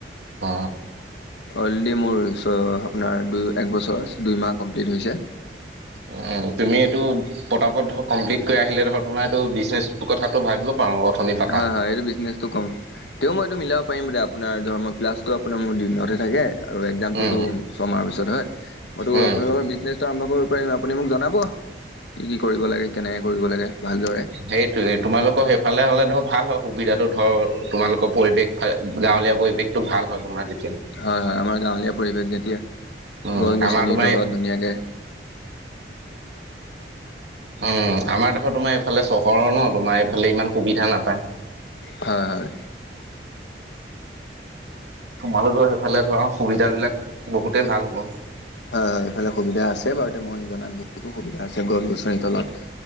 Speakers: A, on the right; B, on the left.
A: অ।
B: অলৰেডি মোৰপাৰছ আপোনাৰ দুই এক বছৰ দুই মাহ কমপ্লিট হৈছে।
A: উ তুমি এইটো। পতাপত ধৰ কমপ্লিট কৰি আহিলে ধৰ তোমাৰ এইটো বিজনেছ কথাটো ভাবিব। পাৰো অথনি পাতা
B: হয় হয় এইটো বিজনেচটো কম তে মই এইতটো মিলাব পাৰিম। আপোনাৰ ধ ক্লাছটো আপোনাৰ মোৰ দিনতহে থাকে। আৰু এক্জামটোতো
A: উম
B: ছমাহৰ পিছত হয় মইতো
A: উম
B: আপোনালোকৰ বিজনেছটো আৰম্ভ কৰিব পাৰিম আপুনি মোক জনাম। কি কি কৰিব লাগে কেনেকে কৰিব লাগে। ভালদৰে
A: সেইটোয়ে তোমালোকৰ সেইফালে হলে ধৰক। ভাল হয় সুবিধাটো ধৰ তোমালোকৰ পৰিৱেশ গাঁৱলীয়া পৰিৱেশটো ভাল হয় তোমাৰ যয়া।
B: হয় হয় আমাৰ গাঁৱলীয়া পৰিৱেশ যেতিয়া
A: উম
B: গছ
A: আমাৰ
B: গছনিৰ
A: তোমাৰ
B: তলত ধুনীয়াকে।
A: উম আমাৰ দেখ তোমাৰ এইফালে চহৰৰ ন তোমাৰ এইফালে ইমান সুবিধা নাপায়।
B: হয়।
A: তোমালোকো সেইফালে ধৰা। সুবিধাবিলাক বহুতেই ভাল হ'ব
B: হয় হয় এইফালে সুবিধা আছে বাৰু তে মন জনাত। বহুতো সুবিধা আছে গৰু গছন তলত